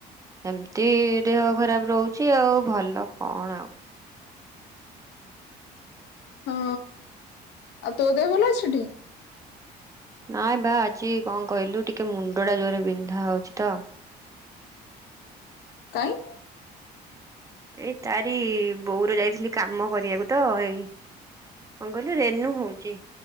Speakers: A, on the right (about 20°); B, on the left (about 80°).
A: ସେମ୍ତି ଦେହ ଖରାପ ରହୁଛି ଆଉ ଭଲ କଣ ଆଉ।
B: ହଁ ଆଉ ତୋ ଦେହ ଭଲ ଅଛିଟି?
A: ନାଇଁ ବା ଆଜି କଣ କହିଲୁ ଟିକେ ମୁଣ୍ଡ ଟା ଜୋରେ ବିନ୍ଧା ହଉଛି ତ।
B: କାଇଁ?
A: ଏଇ ତାରି ବୋଉର ଯାଇଥିଲି କାମ କରିବାକୁ ତ ଏଇ କଣ କହିଲୁ ରେନୁ ହଉଛି